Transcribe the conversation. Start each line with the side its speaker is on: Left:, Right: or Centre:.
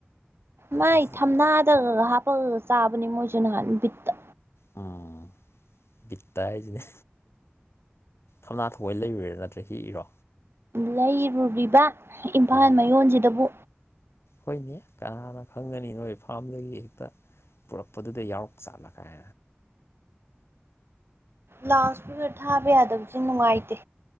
Right: ꯃꯣꯏ
Left: ꯑꯗꯨꯗꯨꯝ
Right: ꯊꯝꯅꯗ ꯍꯥꯞꯄꯒ ꯆꯥꯕꯅꯤ ꯃꯣꯏꯁꯨ ꯅꯍꯥꯟ ꯕꯤꯠꯇ
Left: ꯎꯝ ꯕꯤꯠꯇ ꯍꯥꯏꯖꯤꯅꯤ ꯊꯝꯅꯥ ꯊꯑꯣꯏꯅ ꯂꯩꯔꯨꯔꯤꯔꯥ ꯅꯠꯇ꯭ꯔ ꯍꯦꯛ ꯏꯔꯣ
Right: ꯂꯩꯔꯨꯔꯤꯕ ꯏꯝꯐꯥꯜ
Left: ꯑꯥ
Right: ꯃꯌꯣꯟꯖꯤꯗꯕꯨ
Left: ꯍꯣꯏꯅꯦ ꯀꯅꯥꯅ ꯈꯪꯒꯅꯤ ꯅꯣꯏ ꯐꯥꯔꯝꯗꯒꯤ ꯍꯦꯛꯇ ꯄꯣꯔꯛꯄꯗꯨꯗ ꯌꯥꯎꯔꯛ ꯆꯥꯠꯂ ꯒꯥꯏ
Right: ꯂꯥꯎꯠ ꯏꯁꯄꯤꯛꯀꯔ ꯊꯥꯕ ꯌꯥꯗꯕꯁꯦ ꯅꯨꯡꯉꯥꯏꯇꯦ